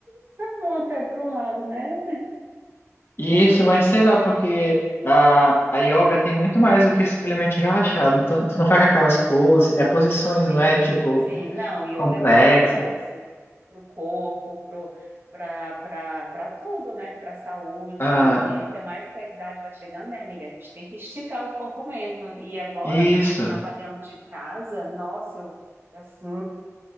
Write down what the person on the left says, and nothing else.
Isso, mas sei lá, porque a, a yoga tem muito mais do que simplesmente relaxar. Não tu, tu não faz aquelas poses, é posições, não
é? Tipo,
complexas.
Ah,
isso,